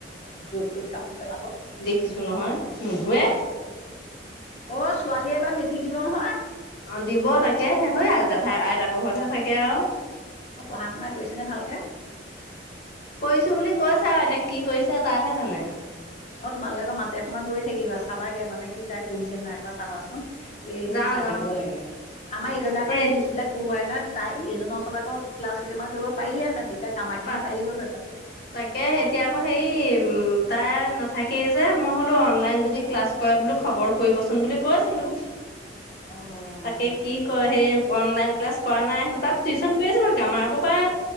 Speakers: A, on the left (about 40°); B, on the left (about 55°).
A: যত ত'ত কাপোৰ পেলাব।
B: খিছোঁ নহয়, নোধোৱে।
A: অ' ছোৱালীয়ে এবাৰ মেটিক দিব নহয়।
B: অঁ দিব তাকে সে হৈয়া জেঠাই আইতাকৰ ঘৰতহে থাকে আও।
A: অঁ পঢ়া শুনা কৰিছে নে ভালকে?
B: কৰিছোঁ বুলি কৈছে আও এতিয়া কি কৰিছে তাইহে জানে।
A: অঁ তোমালোকে আকৌ মাতে সময়ে গৈ থাকিবা চাবাগে মানে কি তাই পঢ়িছে নে নাইপঢ়া চাবাচোন। এ এইবোৰ
B: যাওঁ
A: চাই
B: যাওঁ
A: থাকিব লাগে।
B: উম
A: আমাৰ ইজনে আকৌ
B: এই
A: ইংলিছ বিলাক পঢ়ুৱাই নত- তাই এইজন ওচত আক ক্লাছ কেইটামান কৰিব পাৰিলেহেঁতেন তেতিয়া কামাখিনি
B: পা
A: পাৰি গ'লহেতেন।
B: তাকে, এতিয়া আকৌ হেৰি উম তাই নাথাকেই যে মই হ'লো অনলাইন যদি ক্লাছ- কৰে বোলো খবৰ কৰিবচোন বুলি কৈছিলো।
A: অঁ'
B: তাকে কি কয় হেই অনলাইন ক্লাছ কৰা নাই হেনো তাত টিউশচন কৰি আছে ন গামাবো প্ৰাই-